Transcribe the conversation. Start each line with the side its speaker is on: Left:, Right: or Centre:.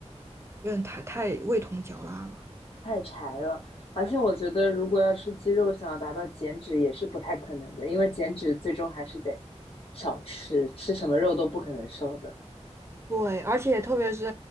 Right: 有点太太味同嚼蜡了。
Left: 太柴了。而且我觉得，如果要吃鸡肉，想要达到减脂也是不太可能的，因为减脂最终还是得少吃，吃什么肉都不可能瘦的。
Right: 对，而且特别是，